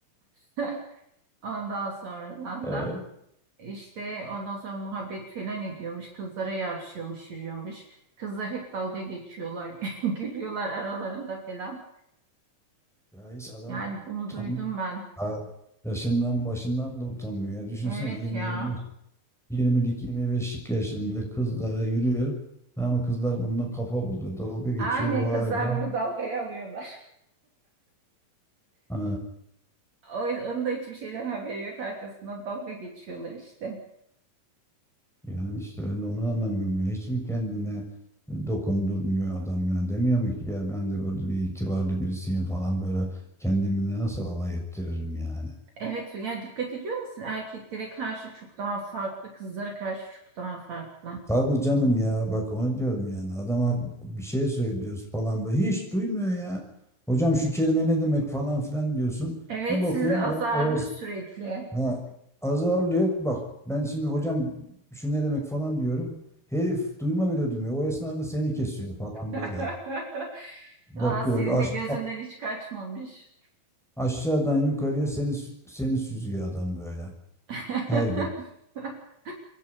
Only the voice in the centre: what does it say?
Evet.
Ya hiç adam
tam
ha, yaşından başından da utanmıyor. Ya düşünsene
20
25 yirmi beşlik yaşında kızlara yürüyor. Ama kızlar bununla kafa buluyor. Dalga geçiyor
bu
hala.
Ha,
Yani işte ben de onu anlamıyorum. ya. Hiç mi kendine dokundurmuyor adam yani demiyor mu ki ya ben de böyle bir itibarlı birisiyim falan böyle kendimle nasıl alay ettiririm yani.
Tabii canım ya bak onu diyorum yani adama bir şey söylüyoruz falan böyle hiç duymuyor ya. Hocam şu kelime ne demek falan filan diyorsun.
Bir bakıyorum
o, o es-
ha, azarlıyor bak ben şimdi hocam şu ne demek falan diyorum. Herif duyma bile duymuyor. O esnada seni kesiyor falan
böyle. Bakıyor
aç,
Aşağıdan yukarıya seni seni süzüyor adam böyle
her gün.